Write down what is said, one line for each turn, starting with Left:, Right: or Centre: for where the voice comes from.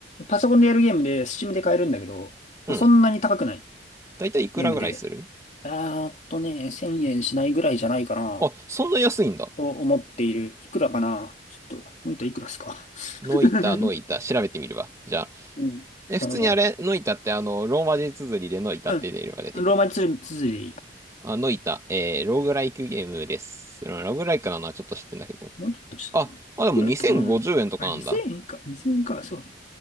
Left: パソコンでやるゲームで、スチームで買えるんだけど、
Right: うん。
Left: まあ、そんなに高くない
Right: だいたいいくらぐらいする
Left: ゲームで、あーっとね、1000円しないぐらいじゃないかな、
Right: あ、そんな安いんだ。
Left: と思っている。いくらかなちょっと、ノイタいくらっすか
Right: ノイタ、
Left: <laughs>
Right: ノイタ、調べてみるわ。じゃあ。
Left: うん。
Right: え、普通にあれ、
Left: 頼むわ。
Right: ノイタってあの、ローマ字綴りでノイタって入れれば出てくる。
Left: うん。ローマ字つづりでいい。
Right: あ、ノイタ、えー、ローグライクゲームです。ローグライクなのはちょっと知ってんだけど。
Left: もうちょっとしたかな。
Right: あ、
Left: いくらやったかなまあ、
Right: あ、でも2050円とかなんだ。
Left: 2000円か。2000円か。そうね。